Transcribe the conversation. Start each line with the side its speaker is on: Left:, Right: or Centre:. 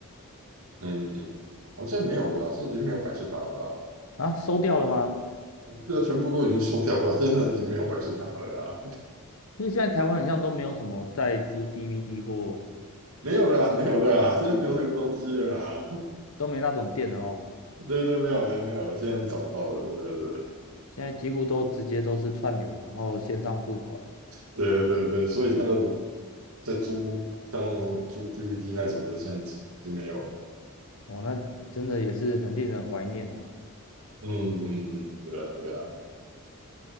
Right: 嗯嗯，好像没有了，现在已经没有百事达了
Left: 啊，收掉了吗？
Right: 啊，对啊，全部都已经收掉了，现在已经没有百事达了啊。
Left: 因是现在台湾好像都没有什么在租 DVD 或
Right: 没有了呀没有了呀，现在没有这个东西了呀。
Left: 都没那种店了哦，
Right: 对对，没有了，没有了，现在找不到了。对对对
Left: 现在几乎都直接都是串流，然后线上付款，
Right: 对对对，所以那个在租像租 DVD 那种的，现在是经没有了。
Left: 哦，那真的也是很令人怀念呐、
Right: 嗯嗯嗯，对啊对啊，